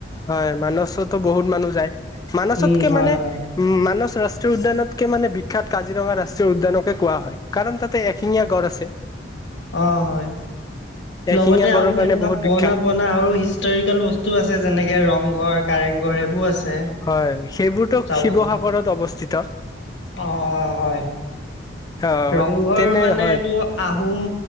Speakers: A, on the left; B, on the left.
A: হয়, মানসতো বহুত মানুহ যায়। মানচতকে
B: উম, হয়,
A: মানে
B: হয়।
A: উম, মানচ ৰাষ্ট্ৰীয় উদ্যানতকে মানে বিখ্যাত কাজিৰঙা ৰাষ্ট্ৰীয় উদ্যানকে কোৱা হয় কাৰণ তাতে এশিঙীয়া গড় আছে।
B: অ', হয়,
A: এশিঙীয়া
B: লগতে
A: গড়ৰ
B: আৰু
A: কাৰণে
B: সেনেকুৱা
A: বহুত
B: পুৰনা
A: বিখ্যাত
B: পুৰনা আৰু হিষ্টৰিকেল বস্তু আছে। আছে যেনেকে ৰংঘৰ কাৰেংঘৰ সেইবোৰ আছে।
A: হয় সেইবোৰতো
B: চাব
A: শিৱসাগৰত
B: গলে
A: অৱস্থিত
B: অ', অ', হয়।
A: অ
B: ৰংঘৰ
A: তেনে
B: মানে
A: হয়
B: এইটো আহোম